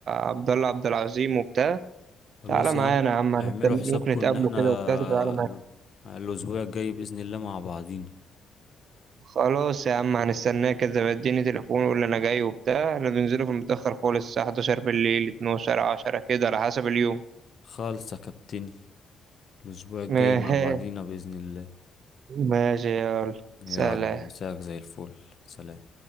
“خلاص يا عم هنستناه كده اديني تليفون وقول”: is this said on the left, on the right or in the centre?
Right